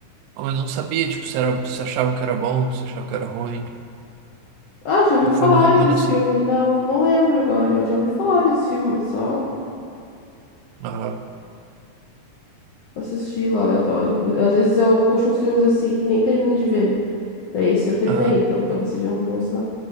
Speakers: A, on the right (about 85°); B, on the left (about 75°).
A: ah, mas não sabia, tipo, se era, se achava que era bom, se achava que era ruim.
B: Ah, já ouvi
A: Não foi
B: falarem
A: uma recomendação.
B: desse filme. Não, não lembro agora. Eu já ouvi falarem desse filme, mas só
A: Aham.
B: assisti lá aleatório. Mas Às vezes eu puxo uns filmes assim e nem termino de ver, né? Daí esse eu terminei,
A: Aham.
B: então talvez seja um bom sinal.